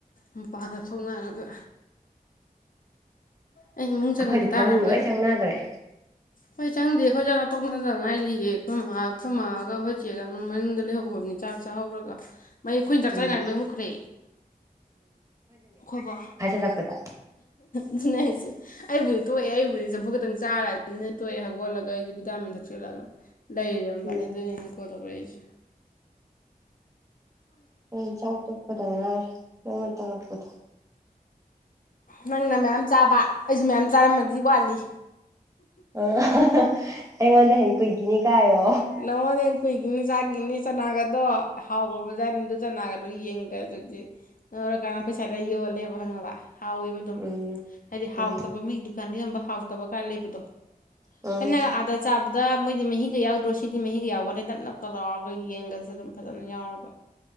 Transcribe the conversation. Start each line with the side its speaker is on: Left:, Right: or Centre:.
Left: ꯃꯄꯥꯟꯗ ꯊꯣꯛꯅꯔꯒ ꯑꯩ ꯏꯃꯨꯡ ꯆꯪꯉꯗꯤ
Right: ꯑꯩꯈꯣꯏꯗꯤ
Left: ꯇꯥꯔꯔꯣꯏ
Right: ꯐꯃꯨꯡ ꯂꯣꯏ ꯆꯪꯅꯈ꯭ꯔꯦ
Left: ꯍꯣꯏ ꯆꯪꯗꯦ ꯑꯩꯈꯣꯏ ꯆꯥꯅꯥꯥ ꯇꯣꯛꯅꯗ ꯉꯥꯏꯔꯤꯌꯦ ꯈꯣꯏꯃꯥ ꯈꯣꯏꯃꯥꯒ ꯈꯣꯏ ꯆꯦꯒ ꯃꯅꯨꯡꯗ ꯂꯩꯍꯧꯕꯅꯤ ꯆꯥꯛ ꯆꯥꯍꯧꯔꯒ ꯃꯩ ꯑꯩꯈꯣꯏꯅ ꯆꯥꯛ
Right: ꯎꯝ
Left: ꯆꯥꯔꯤꯉꯥꯏ ꯃꯩ ꯃꯨꯠꯈ꯭ꯔꯦ ꯈꯣꯏꯕꯥ
Right: ꯆꯠꯄꯗ
Left: ꯑꯗꯨꯅꯦ ꯑꯩ ꯍꯥꯢꯁꯦ ꯑꯩꯕꯨꯗꯤ ꯇꯣꯛꯑꯦ ꯑꯩꯕꯨꯗꯤ ꯆꯝꯐꯨꯠ ꯈꯇꯪ ꯆꯥꯔ ꯑꯗꯨꯅꯦ ꯇꯣꯛꯑꯦ ꯍꯧꯒꯣꯠꯂꯒ ꯑꯩꯗꯤ ꯚꯤꯇꯥꯃꯤꯟ ꯊꯛꯆꯤꯜꯂꯒ ꯂꯩꯔꯝꯕꯅꯤ
Right: ꯎꯝ
Left: ꯑꯗꯨꯏꯅꯦ ꯀꯣꯜ ꯇꯧꯔꯛꯏꯁꯦ
Right: ꯈꯣꯢ ꯆꯥꯛ ꯇꯣꯛꯄꯗ ꯉꯥꯏꯔꯤ ꯅꯪꯅ ꯇꯧꯔꯛꯄꯗꯣ
Left: ꯅꯪꯅ ꯃꯌꯥꯝ ꯆꯥꯕ ꯑꯩꯁꯨ ꯃꯌꯥꯝ ꯆꯥꯔꯝꯃꯗꯤ ꯋꯥꯠꯂꯤ
Right: <unintelligible> ꯑꯩꯉꯣꯟꯗꯩ ꯍꯦꯟ ꯀꯨꯏꯒꯤꯅꯤ ꯀꯥꯏꯌꯣ
Left: ꯅꯉꯣꯟꯗꯩꯍꯦꯟ ꯀꯨꯏꯒꯤꯅꯤ ꯆꯥꯒꯤꯅꯤ ꯆꯅꯥꯒꯗꯣ ꯍꯥꯎꯒ꯭ꯔꯕꯖꯥꯠꯅꯤꯗꯨ ꯆꯅꯥꯒꯥꯗꯨ ꯌꯦꯡꯕꯗ ꯗꯤ ꯉꯧꯔꯀꯥꯟꯗ ꯑꯈꯣꯏ ꯁ꯭ꯋꯥꯏꯗ ꯌꯣꯜꯂꯦꯕ ꯈꯪꯉꯕ ꯍꯥꯎꯋꯦꯕ ꯑꯗꯨꯝ
Right: ꯎꯝ
Left: ꯍꯥꯏꯗꯤ ꯍꯥꯎꯇꯕ
Right: ꯎꯝ
Left: ꯃꯤ ꯗꯨꯀꯥꯟꯗ ꯌꯣꯟꯕ ꯍꯥꯎꯇꯕ ꯀꯥꯏ ꯂꯩꯕꯗꯣ
Right: ꯎꯝ
Left: ꯈꯣꯢꯅꯒ ꯑꯥꯗ ꯆꯥꯕꯗ ꯃꯣꯏꯗꯤ ꯃꯍꯤꯒ ꯌꯥꯎꯗ꯭ꯔꯣ ꯁꯤ ꯁꯤꯗꯤ ꯃꯍꯤꯒ ꯌꯥꯎꯕꯟꯇꯦ ꯅꯞ ꯅꯞꯀ ꯂꯥꯎꯔꯒ ꯌꯦꯟꯒꯁꯨ ꯑꯗꯨꯝ ꯐꯖꯅ ꯌꯥꯎꯔꯒ